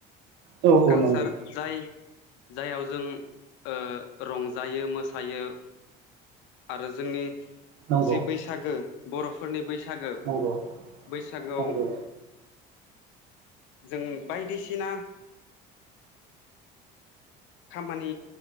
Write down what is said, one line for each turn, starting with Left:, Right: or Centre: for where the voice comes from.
Right: औ औ
Left: कालसार
Right: नंगौ
Left: जाय जायाव जों ओ रंजायो, मोसायो। आरो जोंनि
Right: नंगौ
Left: जि बैसागो बर'फोरनि बैस सागो
Right: नंगौ
Left: बैसागोआव
Right: नंगौ
Left: जों बायदिसिना खामानि